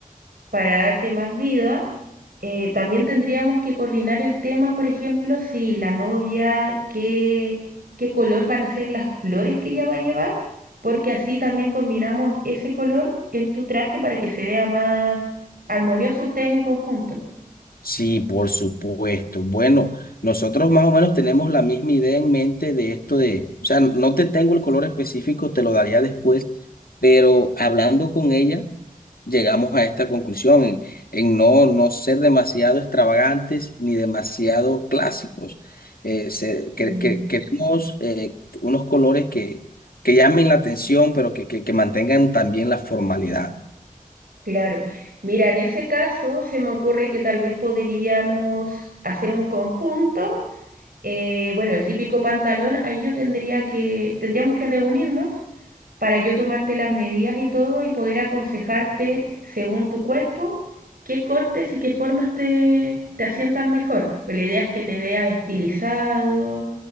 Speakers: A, on the right; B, on the left.
A: para darte más vida. Eh, también tendríamos que coordinar el tema, por ejemplo, si la novia, qué, qué color van a ser las flores que ella va a llevar, porque así también combinamos ese color en tu traje para que se vea más armonioso ustedes en conjunto.
B: Sí, por supuesto. Bueno, nosotros más o menos tenemos la misma idea en mente de esto de, o sea, no te tengo el color específico, te lo daría después, pero hablando con ella llegamos a esta conclusión en, en no, no ser demasiado extravagantes ni demasiado clásicos. Eh, se- que,
A: Ujú.
B: que- queremos eh, unos colores que, que llamen la atención, pero que, que, que mantengan también la formalidad.
A: Claro. Mira, en ese caso se me ocurre que tal vez podríamos hacer un conjunto. eh, bueno, el típico pantalón, ahí yo tendría que, tendríamos que reunirnos para yo tomarte las medidas y todo y poder aconsejarte según tu cuerpo qué cortes y qué formas te, te asientan mejor. Pues la idea es que te veas estilizado,